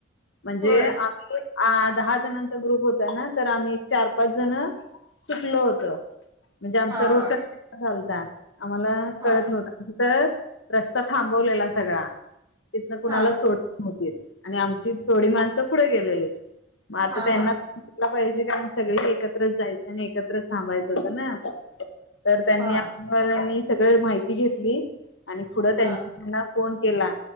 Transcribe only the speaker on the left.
म्हणजे
आमी अ दहा जणांचा ग्रुप होता ना तर आम्ही एक चार पाच जण चुकलो होतो. म्हणजे आमचा
रूट
<unintelligible> झालता. आम्हाला
कळत नव्हत. तिरं रस्ता थांबवलेला सगळा. तिथन कुणाला
सोडत नव्हतीतं आणि आमची थोडी माणसं पुढे गेलेलीत. आता
त्यांना
-- तुला पाहिजे कारण सगळे एकत्र जायचं आणि एकत्रचं थांबायचं होत ना. तर त्यांनी
आर्मीवाल्यांनी सगळ माहिती घेतली आणि पुढं त्यांना
फोन केला.